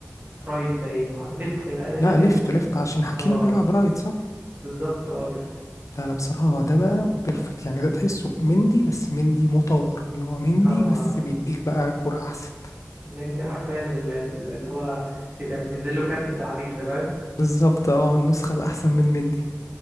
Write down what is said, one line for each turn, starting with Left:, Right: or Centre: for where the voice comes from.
Right: رايت باين مع ليفت باين لا، تقريبا
Left: لا
Right: ليفت
Left: ليفت ليفت عشان حكيمي
Right: اه
Left: بيلعب رايت صح
Right: بالظبط اه ليفت
Left: لا لا بصراحة هو ده بقى بيرفكت يعني ده تحسه مندي بس مندي مطور اللي هو مندي
Right: اه
Left: بس بيديك بقى كرة أحسن
Right: مندي حرفيا ال- ال- اللي هو بيت- منزل له كارت التعديل ده فاهم
Left: بالظبط اه النسخة الأحسن من مندي